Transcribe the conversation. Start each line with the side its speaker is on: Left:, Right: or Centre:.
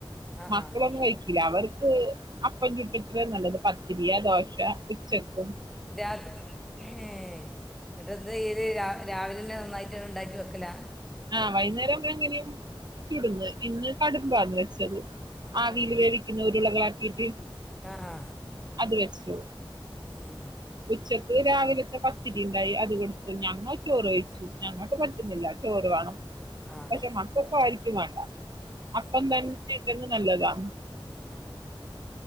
Centre: ആഹ്
Right: മക്കളൊന്നും
Centre: ആഹ്
Right: കഴിക്കൂല്ല അവർക്ക് അപ്പം ചുട്ടി ഇത്ര നല്ലത് പത്തിരിയാ ദോശയാ ഉച്ചക്ക്
Centre: രാത്ത് ഏഹ് ഏഹ് എന്ന്ട്ടെന്താ ചെയ്യല് രാ രാവിലെന്നെ നന്നായിട്ട് ഇണ്ടാക്കി വെക്കലാ
Right: ആഹ് വൈന്നേരം എങ്ങനും ചുട്ന്ന് ഇന്ന് കടുമ്പാന്ന് വെച്ചത് ആവില്
Centre: ഉം
Right: വേവിക്കുന്ന ഉരുളകളാക്കിട്ട്
Centre: ആ ആ
Right: അത് വെച്ചു
Centre: ഉം
Right: ഉച്ചക്ക് രാവിലത്തെ പത്തിരി ഇണ്ടായി അത് കൊടുത്തു ഞങ്ങ ചോറ് കഴിച്ചു ഞങ്ങക്ക് പറ്റുന്നില്ല ചോറ് വാണം
Centre: ആ
Right: പക്ഷെ
Centre: ആ
Right: മക്ക് മക്കക്ക് ആരിക്കും വേണ്ട
Centre: ആ
Right: അപ്പം തന്നെ ഇണ്ടെങ്ക് നല്ലതാ ഉം
Centre: ആ